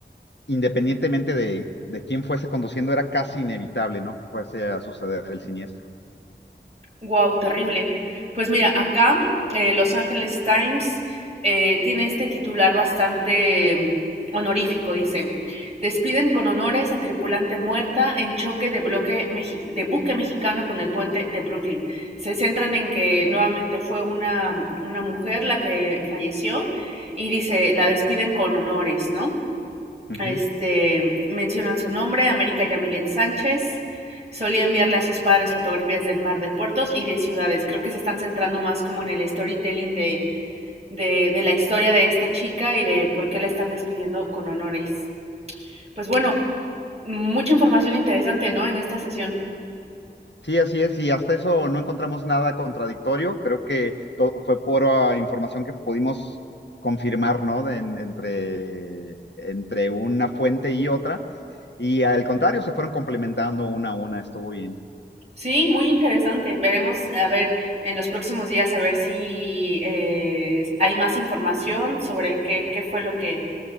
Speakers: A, on the left; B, on the right.
A: independientemente de, de quién fuese conduciendo, era casi inevitable, ¿no? Que fuese a suceder el siniestro.
B: Wow, terrible. Pues mira, acá eh, Los Angeles Times eh, tiene este titular bastante mm, honorífico, dice, despiden con honores a tripulante muerta en choque de, bloque mexi- de buque mexicano con el puente de Brooklyn. Se centran en que nuevamente fue una, una mujer la que falleció y dice, la despiden con honores, ¿no?
A: Uh
B: Este,
A: -huh.
B: mencionan su nombre, América Yamilet Sánchez. Solía enviarle a sus padres fotografías del mar de puertos y de ciudades. Creo que se están centrando más como en el storytelling de, de, de la historia de esta chica y de por qué la están despidiendo con honores. Pues bueno, mucha información interesante, ¿no? En esta sesión.
A: Sí, así es, y hasta eso no encontramos nada contradictorio. Creo que to- fue pura información que pudimos confirmar, ¿no? de- en- entre, entre una fuente y otra. Y al contrario, se fueron complementando una a una. Estuvo bien.
B: Sí, muy interesante. Veremos, a ver, en los próximos días, a ver si eh, hay más información sobre qué, qué fue lo que